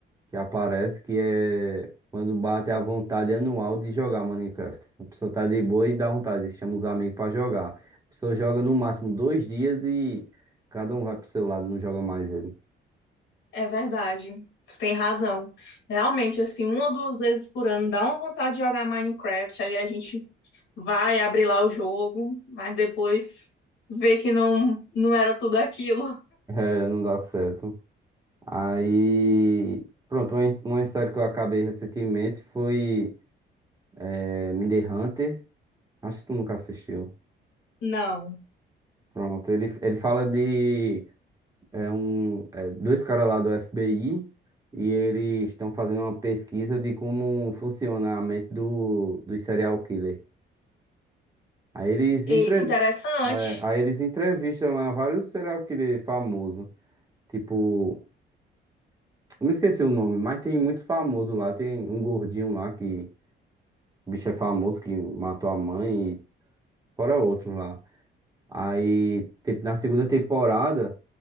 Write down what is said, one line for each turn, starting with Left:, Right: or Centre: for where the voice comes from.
Right: que aparece que é quando bate a vontade anual de jogar Minecraft. A pessoa tá de boa e dá vontade, chama os amigos pra jogar. A pessoa joga no máximo dois dias e cada um vai pro seu lado, não joga mais ele.
Left: É verdade, tu tem razão. Realmente, assim, uma ou duas vezes por ano dá uma vontade de jogar Minecraft. Aí a gente vai abrir lá o jogo, mas depois vê que não, não era tudo aquilo.
Right: É, não dá certo. Aí, pronto, uma, his- uma história que eu acabei recentemente foi é, Mindhunter. Hunter. Acho que tu nunca assistiu.
Left: Não.
Right: Pronto, ele, ele fala de é, um, é, dois caras lá do FBI e eles estão fazendo uma pesquisa de como funciona a mente do, dos serial killer. Aí eles,
Left: Eita,
Right: entrev
Left: interessante.
Right: é, aí eles entrevistam lá vários serial killer famosos, tipo Não me esqueci o nome, mas tem muito famoso lá. Tem um gordinho lá que o bicho é famoso que matou a mãe e fora outros lá. Aí, te- na segunda temporada,